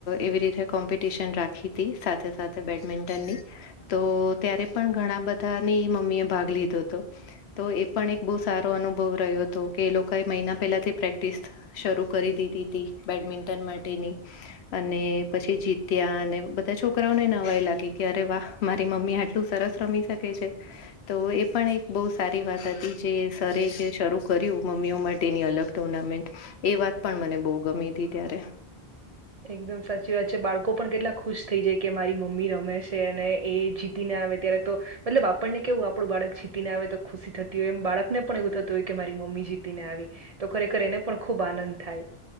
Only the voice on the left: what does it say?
એવી રીતે કોમ્પિટિશન રાખી સાથે સાથે બેડમિન્ટનની તો ત્યારે પણ ઘણા બધાની મમ્મી એ ભાગ લીધો હતો તો એ પણ એક બહુ સારો અનુભવ રહ્યો હતો કે એ લોકોએ મહિના પહેલાથી પ્રેક્ટિસ શરૂ કરી દીધી તી, બેડમિન્ટન માટેની અને પછી જીત્યા અને બધા છોકરાઓને નવાઈ લાગી કે અરે વાહ મારી મમ્મી આટલી સરસ રમી શકે છે તો એ પણ એક બહુ સારી વાત હતી જે સરે જે શરૂ કર્યું મમ્મીઓ માટેની અલગ ટુર્નામેન્ટ એ વાત પણ મને બહુ ગમી તી ત્યારે